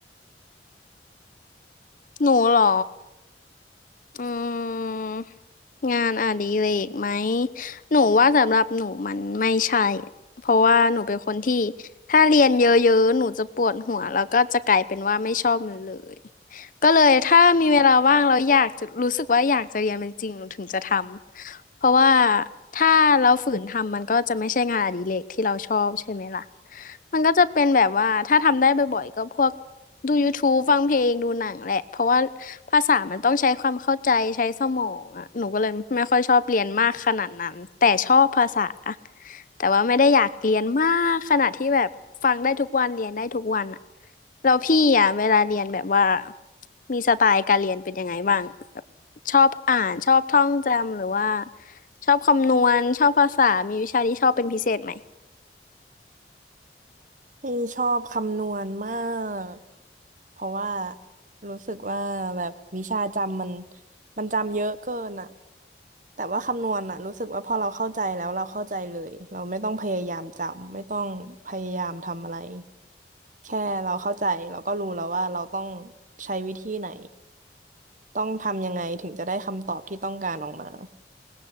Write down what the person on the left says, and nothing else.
หนูเหรออืมงานอดิเรกไหมหนูว่าสำหรับหนูมันไม่ใช่เพราะว่าหนูเป็นคนที่ถ้าเรียนเยอะๆหนูจะปวดหัวแล้วก็จะกลายเป็นว่าไม่ชอบมันเลยก็เลยถ้ามีเวลาว่างแล้วอยากจะรู้สึกว่าอยากจะเรียนมันจริงหนูถึงจะทำ เพราะว่าถ้าเราฝืนทำมันก็จะไม่ใช่งานอดิเรกที่เราชอบใช่ไหมล่ะมันก็จะเป็นแบบว่าถ้าทำได้บ่อยๆก็พวกดูยูทูบฟังเพลงดูหนังแหละเพราะว่าภาษามันต้องใช้ความเข้าใจใช้สมองอ่ะหนูก็เลยไม่ค่อยชอบเรียนมากขนาดนั้นแต่ชอบภาษาแต่ว่าไม่ได้อยากเรียนมากขนาดที่แบบฟังได้ทุกวันเรียนได้ทุกวันอ่ะแล้วพี่อ่ะเวลาเรียนแบบว่ามีสไตล์การเรียนเป็นยังไงบ้าง ชอบอ่านชอบท่องจำหรือว่าชอบคำนวณชอบภาษามีวิชาที่ชอบเป็นพิเศษไหม